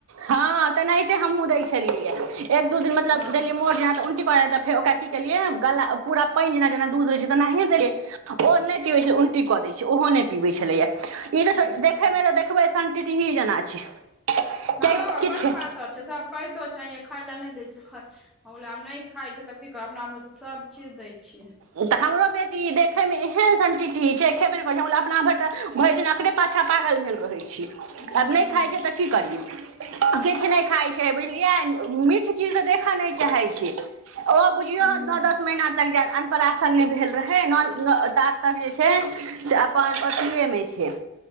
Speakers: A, on the right; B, in the centre.
A: हँ तेनाहिते हमहहुँ दै छलियै, एक दू दिन मतलब
B: हँ
A: देली मोट जेका, त उ त फेर ओकरा की केलियै गला, पूरा पानि जेना- जेना दूध रहै छै, तेनाहे देलियै। ओ नहि पिबैत छलै, उलटी कऽ दैत छै, ओहो नहि पीबैत छलैए। ई तऽ
B: बुझलियै
A: देखैमे तऽ, देखबै शन -टिटही जेना छै। किया
B: हँ हमरो बौआ
A: किछु
B: बड पातर छै, सब कहितो छै आइये खााय लए नहि दै छै, आब नहि खाइ छै तऽ क करब, अपना भैर त सब चीज दै छियै।
A: तऽ हमरो बेटी देखेमे एहन सन टीटही छै, खेबे नहि कर छै अपना भैर त भरि दिन एकरे पाछाँ पागल भेल रहैत छी,
B: हूँ
A: आब नहि खाइ छ तऽ की करियै। किछु नहि खाइत छै बुझलियै, मीठ चीज तऽ देखय नहि चाहैत छै। ओ बुझियो,
B: हूँ
A: नओ दस महिना तक जायत अन्- स, नहि भेल रहै, न ता तक जे छै से अपन ओथिएमे छै।